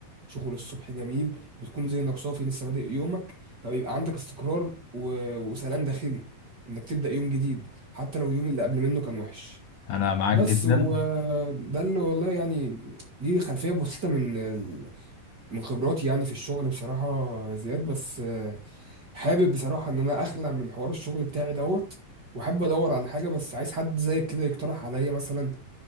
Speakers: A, on the right; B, on the left.
A: شغل الصبح جميل بتكون ذهنك صافي لسه بادئ يومك فبيبقى عندك استقرار و- وسلام داخلي انك تبدأ يوم جديد حتى لو اليوم اللي قبل منه كان وحش
B: أنا معاك
A: بس
B: جدا
A: وده اللي والله يعني دي خلفية بسيطة من ال- من خبراتي يعني في الشغل بصراحة يا زياد بس آه، حابب بصراحة ان انا اخلع من حوار الشغل بتاعي دوت وحابب ادور على حاجة بس عايز حد زيك كده يقترح عليا مثلا